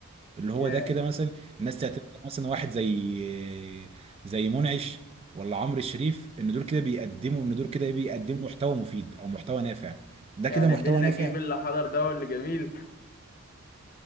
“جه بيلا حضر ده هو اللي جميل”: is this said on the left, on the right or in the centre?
Left